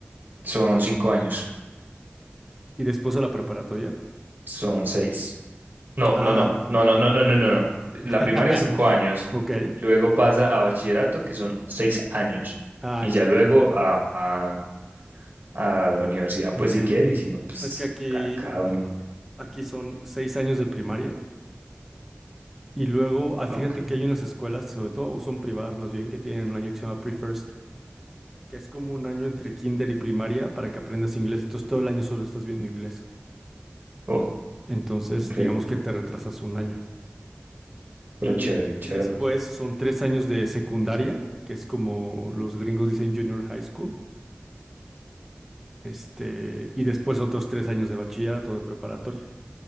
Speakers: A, on the right (about 55°); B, in the centre.
A: Son cinco años,
B: ¿Y después de la preparatoria?
A: son seis. No,
B: Ah,
A: no, no, no, no, no, no, no, no. no.
B: <laughs>
A: La primaria es cinco años,
B: ok.
A: luego pasa a bachillerato, que son seis años,
B: Ah,
A: y
B: ya,
A: ya
B: ya.
A: luego a, a, a la universidad,
B: Ok.
A: pues si quiere, y si no, pues
B: Es que aquí,
A: a cada uno.
B: aquí son seis años de primaria. Y luego, ah,
A: Ok.
B: fíjate que hay unas escuelas, sobre todo, o son privadas más bien, que tienen un año que se llama Pre-First, que es como un año entre kinder y primaria para que aprendas inglés. Entonces, todo el año solo estás viendo inglés.
A: Oh,
B: Entonces,
A: increíble,
B: digamos que te retrasas un año.
A: pero
B: Y,
A: chévere,
B: de-
A: chévere.
B: y después
A: porque-
B: son tres años de secundaria, que es como los gringos dicen junior high school. Este, y después otros tres años de bachillerato de preparatoria.